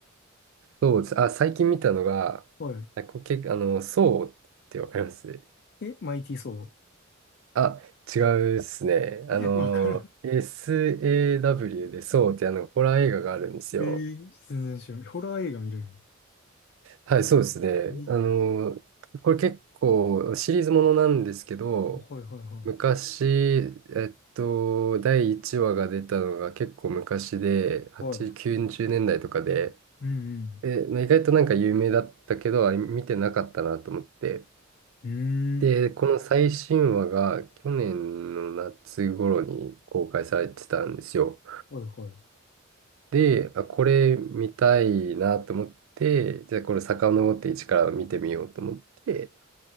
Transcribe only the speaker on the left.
は
い。え、マイティーソー。
<laughs>
わからん。
えー、全然知らない。ホラー映画見るんや。
え、
あはいはいは
い。はい。
うん
うん。うーん。
はいはい。